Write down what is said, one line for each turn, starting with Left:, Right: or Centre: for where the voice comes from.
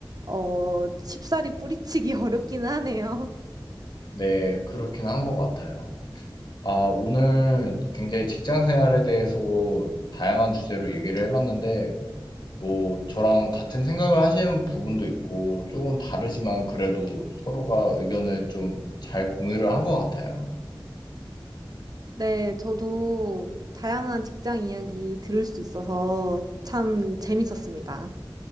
Right: 어, 쉽사리 뿌리치기 <laughs> 어렵기는 하네요.
Left: 네, 그렇긴 한 것 같아요. 아, 오늘 굉장히 직장 생활에 대해서 다양한 주제로 얘기를 해봤는데, 뭐 저랑 같은 생각을 하시는 부분도 있고 조금 다르지만 그래도 서로가 의견을 좀 잘 공유를 한 것 같아요.
Right: 네, 저도 다양한 직장 이야기 들을 수 있어서 참 재밌었습니다.